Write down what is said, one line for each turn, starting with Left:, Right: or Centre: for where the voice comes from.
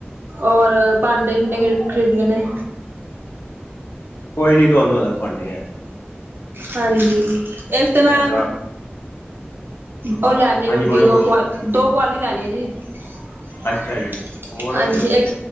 Right: ਔਰ, ਭਾਂਡੇ ਟਿੰਡੇ ਵੀ ਖਰੀਦਣੇ ਨੇ
Left: ਕੋਈ ਨਹੀਂ, ਤੁਹਾਨੂੰ ਦਵਾ ਦਾਂਗੇ ਭਾਂਡੇ ਆ।
Right: ਹਾਂਜੀ, ਇੱਕ ਤੇ ਮੈਂ
Left: ਹੈਗਾ
Right: ਉਹ ਲੈਂਦੀ
Left: ਹਾਂਜੀ
Right: ਵੱਡੀ,
Left: ਬੋਲੋ
Right: ਦੋ
Left: ਬੋਲੋ
Right: ਕੁ ਦੋ, ਕੁਆਲੀ ਲੈਣੀ ਆ ਜੀ--ਹਾਂਜੀ,
Left: ਅੱਛਾ ਜੀ ਹੋਰ
Right: ਇੱਕ